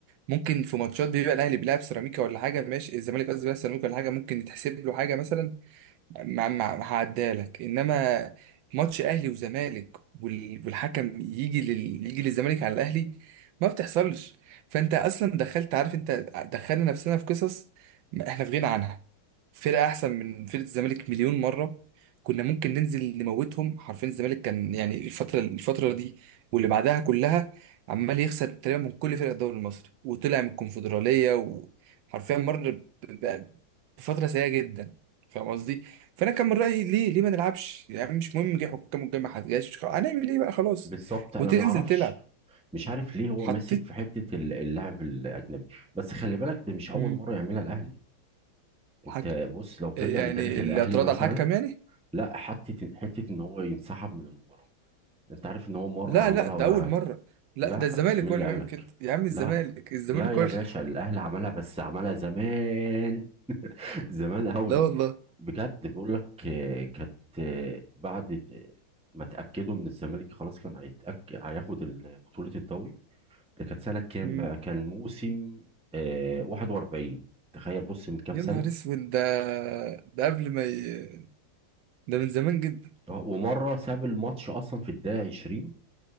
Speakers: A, on the right (about 75°); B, in the centre.
A: ممكن في ماتشات بيبقى الاهلي بيلعب سيراميكا ولا حاجه ماشي الزمالك قصدي بيلعب سيراميكا ولا حاجه ممكن يتحسب له حاجه مثلا ما ما هعديهالك انما ماتش اهلي وزمالك وال- والحكم يجي لل... يجي للزمالك على الاهلي ما بتحصلش فانت اصلا دخلت عارف انت دخلنا نفسنا في قصص ما احنا في غنى عنها فرقه احسن من فرقه الزمالك مليون مره كنا ممكن ننزل نموتهم حرفيا الزمالك كان يعني الفتره الفتره دي واللي بعدها كلها عمال يخسر تقريبا من كل فرق الدوري المصري وطلع من الكونفدراليه وحرفيا مر ب- ب- بفتره سيئه جدا فاهم قصدي فانا كان من رايي ليه ليه ما نلعبش يعني مش مهم جه حكام والجاي ما حد خلاص هنعمل ايه بقى خلاص
B: بالظبط انا
A: وتنزل
B: ما اعرفش
A: تلعب
B: مش عارف ليه هو
A: حطيت
B: ماسك في حته ال- اللاعب الاجنبي بس خلي بالك ده مش اول
A: مم.
B: مره يعملها الاهلي انت
A: الحكم
B: بص لو ترجع
A: يعني
B: لتاريخ الاهلي
A: الاعتراض
B: مثلا
A: على الحكم يعني
B: لا حته حته ان هو ينسحب من المباراه انت عارف ان هو مره
A: لا
B: عملها
A: لا ده
B: بقى
A: اول مره لا
B: لا
A: ده الزمالك
B: مين
A: هو
B: اللي
A: اللي
B: قالك
A: بيعمل كده يا عم الزمالك
B: لا
A: الزمالك
B: لا
A: هو
B: يا
A: اللي
B: باشا الاهلي عملها بس عملها زمان <laughs> زمان قوي
A: <laughs> لا والله
B: بجد بقول لك آه، كانت آه، بعد ت- ما تأكدوا إن الزمالك خلاص كان هيتأكد هياخد ال- بطولة الدوري ده كانت سنة كام
A: مم.
B: بقى؟ كان موسم آه 41 تخيل بص من كام
A: يا
B: سنة
A: نهار اسود ده ده قبل ما ي... ده من زمان جدا
B: آه، ومرة ساب الماتش أصلا في الدقيقة 20